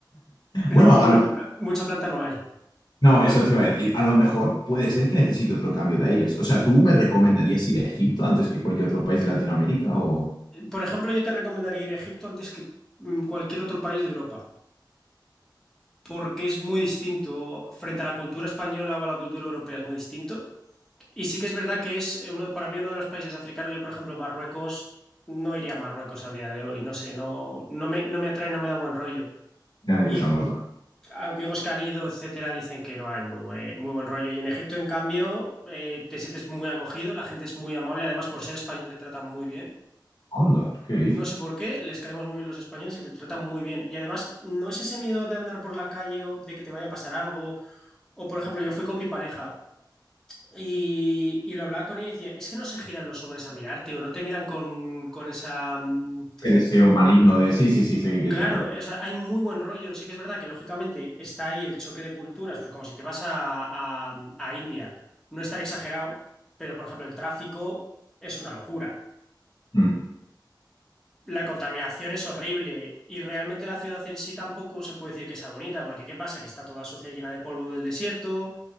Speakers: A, in the centre; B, on the left.
A: No,
B: Bueno, a
A: no,
B: lo-
A: no, mucha planta no hay.
B: no, eso te iba a decir. A lo mejor puede ser que necesite otro cambio de aires. O sea, ¿tú me recomendarías ir a Egipto antes que cualquier otro país de Latinoamérica o...?
A: Por ejemplo, yo te recomendaría ir a Egipto antes que mm, cualquier otro país de Europa, porque es muy distinto frente a la cultura española o a la cultura europea, es muy distinto. Y sí que es verdad que es eh, uno, para mí uno de los países africanos, yo por ejemplo Marruecos, no iría a Marruecos a día de hoy, no sé, no, no me, no me atrae, no me da buen rollo.
B: Ya, ya
A: Y
B: estamos la
A: amigos que han ido, etcétera, dicen que no hay muy buen, muy buen rollo. Y en Egipto, en cambio, eh, te sientes muy acogido, la gente es muy amable. Además, por ser español, te tratan muy bien.
B: onda. ¿Qué dices?
A: No sé por qué, les caemos muy bien los españoles y te tratan muy bien. Y además, no es ese miedo de andar por la calle o de que te vaya a pasar algo. O, por ejemplo, yo fui con mi pareja y, y lo hablaba con ella y decía, es que no se giran los hombres a mirarte o no te miran con, con esa mm,
B: Ese deseo maligno de... Sí, sí, sí, sé qué quieres
A: Claro,
B: decir.
A: o sea, hay muy buen rollo. Sí que es verdad que lógicamente está ahí el choque de culturas, pues como si te vas a, a- a India, no estar exagerado, pero por ejemplo el tráfico es una locura.
B: Mm,
A: La contaminación es horrible y realmente la ciudad en sí tampoco se puede decir que sea bonita, porque ¿qué pasa? Que está toda sucia, llena de polvo del desierto,